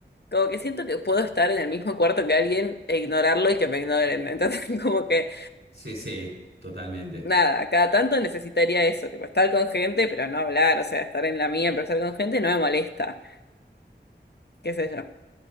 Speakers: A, on the left; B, on the right.
A: como que siento que puedo estar en el mismo cuarto que alguien e ignorarlo y que me ignoren. Entonces, <laughs> como que
B: Sí, sí, totalmente.
A: nada, cada tanto necesitaría eso, tipo estar con gente, pero no hablar, o sea, estar en la mía, pero estar con gente no me molesta, qué sé yo.